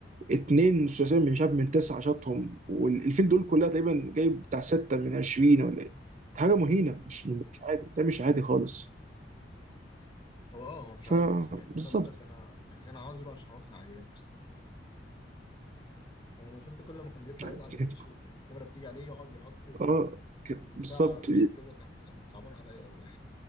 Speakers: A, on the right; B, on the left.
A: اتنين ثلاثيه من شاب من تسعه شاطهم والفيل دول كلها تقريبا جايب بتاع سته من 20 ولا ايه حاجه
B: امم
A: مهينه مش مش عادي ده مش عادي خالص
B: هو اه هو مش
A: فبالظبط
B: عادي بس يعني انا بقول لك انا يعني انا عذره عشان هو كان عيان يعني انا شفت كل ما كان بيطلع
A: <laughs>
B: يقعد على البنش وكان الكاميرا بتيجي عليه يقعد يحط ال-
A: اه كده،
B: البتاع
A: بالظبط
B: على وشه كده كان كان صعبان عليا والله